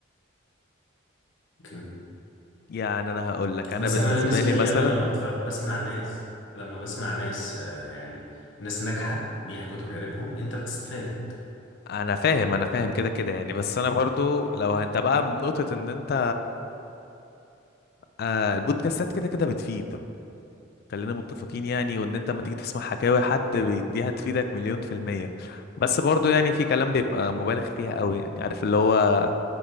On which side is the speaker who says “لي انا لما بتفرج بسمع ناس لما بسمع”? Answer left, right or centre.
Left